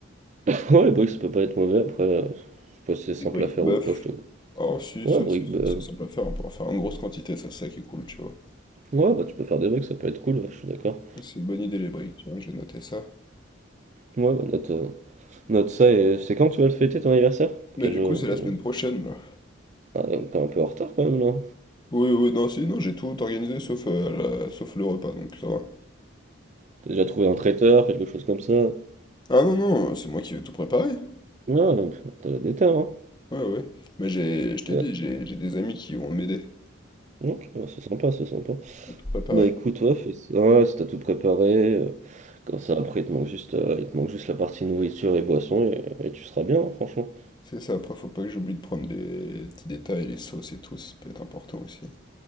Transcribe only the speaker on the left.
Les briques
bœuf.
Oh si,
ça
c'est c'est
assez
simple à faire, on peut en faire en grosse quantité, ça c'est ça qui est cool, tu vois.
C'est une bonne idée les briques, tiens, j'ai noté ça.
Mais
du
coup c'est la semaine prochaine là.
Oui, oui, non, si, non, j'ai tout organisé sauf, euh, la- sauf le repas, donc ça va.
Ah non, non, c'est moi qui vais tout préparer.
Ouais, ouais. ouais. Mais j'ai, je
t'ai
dit, j'ai j'ai des amis qui vont m'aider
à tout préparer.
C'est ça, après faut pas que j'oublie de prendre les petits détails, les sauces et tout, ça peut être important aussi.